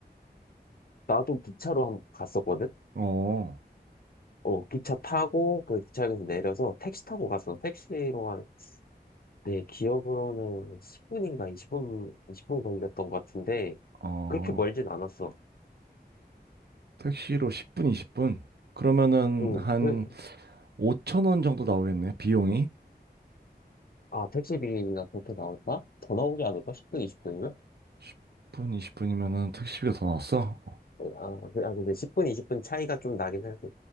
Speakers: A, on the left; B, on the right.
A: 나도 기차로 한번 갔었거든?
B: 어.
A: 어, 기차 타고, 그 기차역에서 내려서 택시 타고 갔어. 택시로 한 내 기억으로는 10분인가 20분, 20분 걸렸던 것 같은데,
B: 어.
A: 그렇게 멀진 않았어.
B: 택시로 10분, 20분. 그러면은
A: 응,
B: 한
A: 그,
B: 5천 원 정도 나오겠네. 비용이.
A: 아, 택시비가 그렇게 나올까? 더 나오지 않을까? 10분, 20분이면?
B: 10분, 20분이면은 택시비가 더 나왔어.
A: 아, 그- 아, 근데 10분, 20분 차이가 좀 나긴 하지.